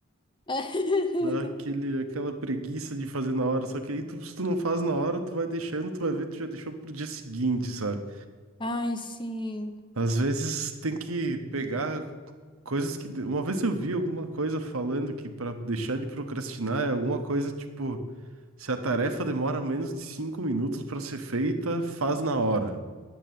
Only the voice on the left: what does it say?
<laughs>
Ai, sim.